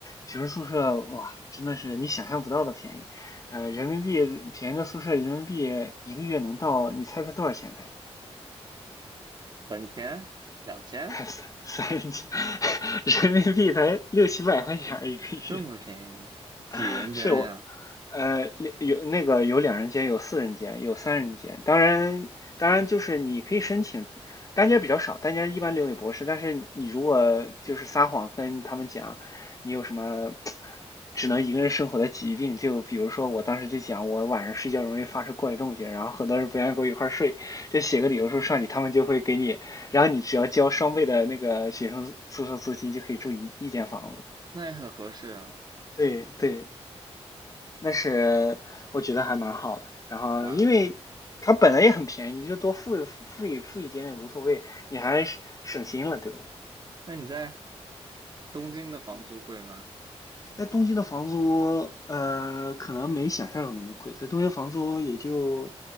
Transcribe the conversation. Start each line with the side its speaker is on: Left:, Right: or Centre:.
Left: 学生宿舍哇真的是你想象不到的便宜，呃人民币便宜的宿舍人民币一个月能到，你猜猜多少钱才？
Right: 本田两千
Left: <laughs> 三三千 <laughs>，人民币才六七百块钱儿一个月，
Right: 这么便宜，几人间呀？
Left: <laughs> 是我呃，有那个有两人间，有四人间，有三人间。当然，当然就是你可以申请，单间比较少，单间一般留给博士。但是你如果就是撒谎跟他们讲你有什么只能一个人生活的疾病，就比如说我当时就讲我晚上睡觉容易发生怪动静，然后很多人不愿意跟我一块儿睡，就写个理由说上去，他们就会给你，然后你只要交双倍的那个学生宿舍租金就可以住一一间房子。
Right: 那也很合适啊。
Left: 对对，那是我觉得还蛮好的。然后因为它本来也很便宜，
Right: 哇，
Left: 你就多付付一付一点也无所谓，你还省心了，对吧？
Right: 那你在东京的房租贵吗？
Left: 嗯，在东京的房租，呃，可能没想象中那么贵，在东京房租也就